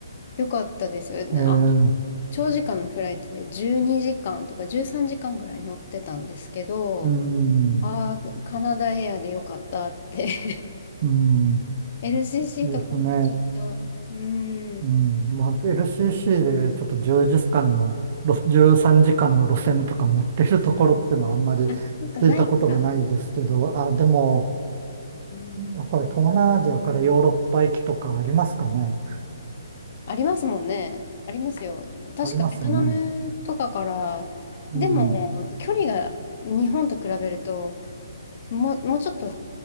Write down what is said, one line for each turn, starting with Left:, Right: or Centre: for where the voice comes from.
Left: よかったですよね。
Right: え。えー、
Left: あ、長時間のフライトで12時間とか13時間ぐらい乗ってたんですけど、
Right: うん。
Left: ああ、カナダエアでよかったって
Right: うん。
Left: LCC
Right: ですね。
Left: <laughs> とかだとちょっと、うん、
Right: うん。まあ、LCC でちょっと1時間の、ろ13時間の路線とか持ってるところっていうのはあんまり
Left: あ、そっか、
Right: 聞いたことがないですけど、
Left: ないか。
Right: あ、でも、
Left: うん
Right: やっぱり東南アジアからヨーロッパ行きとかありますかね。
Left: ありますもんね。ありますよ。確かベトナムとかから、
Right: ありますよね。うん。
Left: でも距離が日本と比べると、もう、もうちょっと